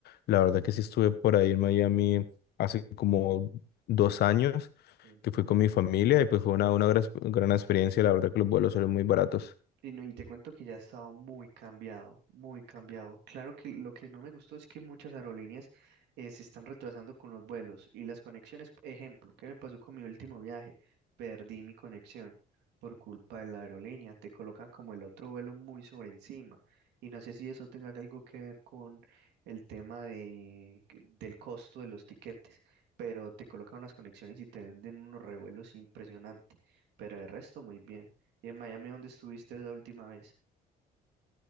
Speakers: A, on the left (about 70°); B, on the right (about 85°).
A: La verdad que sí estuve por ahí en Miami hace como dos años
B: ujú.
A: que fui con mi familia y pues fue una, una gran, gran experiencia. La verdad que los vuelos salen muy baratos.
B: Y, no, y te cuento que ya ha estado muy cambiado, muy cambiado. Claro que lo que no me gustó es que muchas aerolíneas eh, se están retrasando con los vuelos y las conexiones. Ejemplo, ¿qué me pasó con mi último viaje? Perdí mi conexión por culpa de la aerolínea. Te colocan como el otro vuelo muy sobre encima. Y no sé si eso tenga algo que ver con el tema de, que- del costo de los tiquetes, pero te colocan unas conexiones y te venden unos revuelos impresionantes. Pero de resto, muy bien. ¿Y en Miami dónde estuviste la última vez?